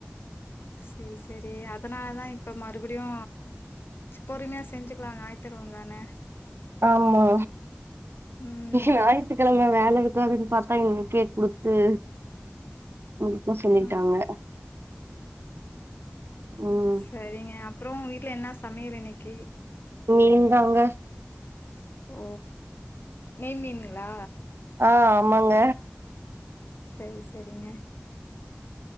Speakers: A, on the left (about 65°); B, on the right (about 80°).
A: சேரி சேரி அதனால தா இப் ப்ப மறுபடியு பொறுமையா செஞ்சுக்லா ஞாயித்துக்கெழம தான
B: ஆமா
A: ம்
B: ஞாயித்து கெழம வேல இருக்காதுன் பாத்தா இன்னைக்கே குடுத்து வெக்க சொல்லிட்டாங்க
A: ஆ
B: ம்
A: செரிங்க அப்றோ உங்க வீட்ல என்ன சமையல் இன்னிக்கி
B: மீன் தாங்க
A: ஓ நெய் மீனுங்களா
B: ஆ ஆமாங்க
A: செரி செரிங்க